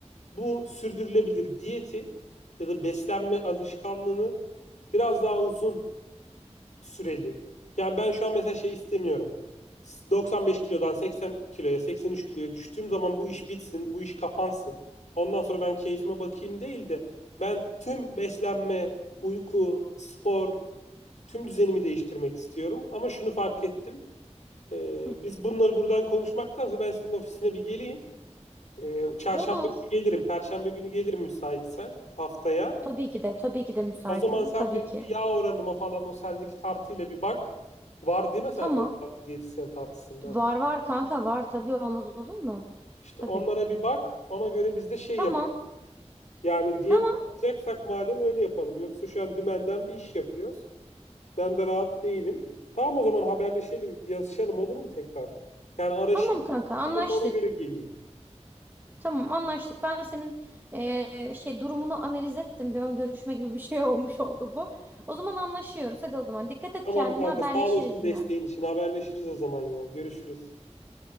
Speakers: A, on the left; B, on the right.
A: Bu sürdürülebilir diyeti ya da beslenme alışkanlığını biraz daha uzun süreli. Yani ben şu an mesela şey istemiyorum. 95 kilodan 80 kiloya, 83 kiloya düştüğüm zaman bu iş bitsin, bu iş kapansın. Ondan sonra ben keyfime bakayım değil de ben tüm beslenme, uyku, spor, tüm düzenimi değiştirmek istiyorum. Ama şunu fark ettim. Ee,
B: Hı.
A: biz bunları buradan konuşmaktansa ben senin ofisine bir geleyim. Ee, çarşamba
B: Olur.
A: günü gelirim, perşembe günü gelirim müsaitsen haftaya.
B: Tabii ki de, tabii ki de müsaitim.
A: O zaman sen
B: Tabii
A: benim
B: ki.
A: bir yağ oranıma falan o sendeki tartıyla bir bak. Var değil mi sende
B: Tamam.
A: o tartı diyetisyen tartısından?
B: Var var kanka var. Tabii olmaz olur mu?
A: İşte
B: Tabii.
A: onlara bir bak. Ona göre biz de şey
B: Tamam.
A: yapalım. Yani diyet
B: Tamam.
A: yapacaksak madem öyle yapalım. Yoksa şu an dümenden bir iş yapıyoruz. Ben de rahat değilim. Tamam o zaman haberleşelim, yazışalım olur mu tekrar? Yani araşayım,
B: Tamam kanka anlaştık.
A: ona göre geleyim.
B: Tamam anlaştık. Ben senin eee, şey durumunu analiz ettim. Bir ön görüşme gibi bir şey <laughs> olmuş oldu bu. O zaman anlaşıyoruz. Hadi o zaman dikkat et
A: Tamam
B: kendine
A: kanka
B: haberleşiriz
A: sağ olasın desteğin
B: yine.
A: için haberleşiriz o zaman ya. Görüşürüz.